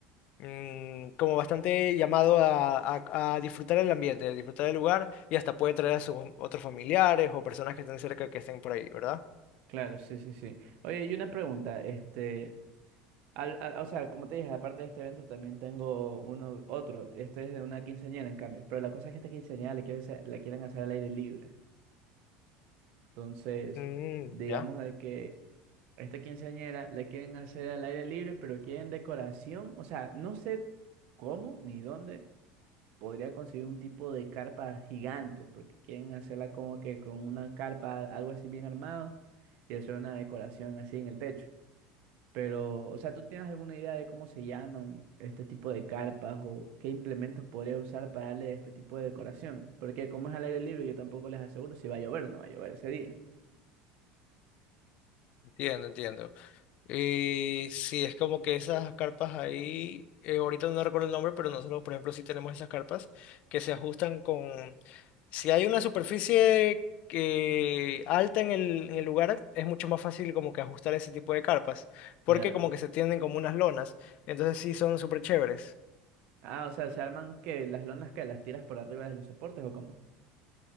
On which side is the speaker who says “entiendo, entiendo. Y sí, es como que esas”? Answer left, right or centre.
Left